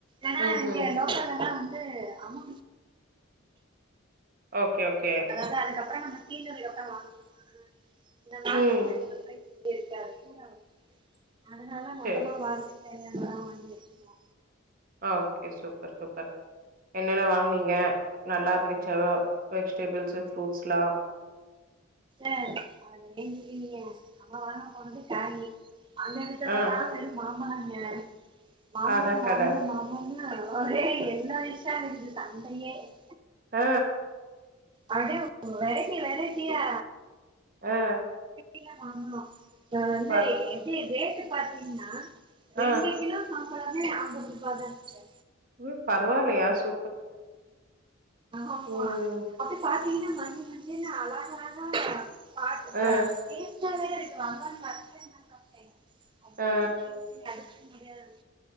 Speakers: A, on the right; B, on the right.
A: ஏனா
B: ம்ஹூம்
A: இங்க லோக்கல்ல எல்லா வந்து அம
B: ஓகே ஓகே
A: அதா அதுக்கப்றோ நம்ம <unintelligible> தா வாங்கனு இந்த மார்கட்
B: ம்
A: <unintelligible> அதனால மொத்தமா
B: சரி
A: வாரத்துக்கு தேவயானதெல்லா வாங்கி வெச்சுக்குவோ
B: ஆ ஓகே சூப்பர் சூப்பர் என்னென்ன வாங்கனீங்க நல்லா இருந்துச்சா வெஜிடேபிள்ஸூ ஃப்ரூட்ஸ்லா
A: அ <unintelligible> நம்ம வாங்க போனது காயி அங்க வித்தலல்லா
B: ஆ
A: வெரு மாபழங்க மாம்பழ
B: அதா
A: மாம்பழ
B: கட
A: மாம்பழன்னு ஒரே எல்லோ <unintelligible>
B: ம்
A: அப்டியே வெரைட்டி வெரைட்டியா
B: ஆ
A: இப்ப வந்து
B: ப
A: எப்டி ரேட்டு பாத்தீங்கனா
B: ஆ
A: ரெண்டு கிலோ மாம்பழமே ஐம்பது ரூபாயதா இருன்ச்சே
B: ஓ பரவாயில்லையா சூ
A: ஆமா
B: ம்
A: அப்டி பார்த்தீங்கனா மஞ்ச மஞ்சளா அழகஅழகா <unintelligible>
B: ஆ
A: எத்தன பேர் அன்னைக் வங்கனுனு பாத்துட் <unintelligible> அப்டி
B: ஆ
A: ஒரு டேஸ்ட்டு முடியாது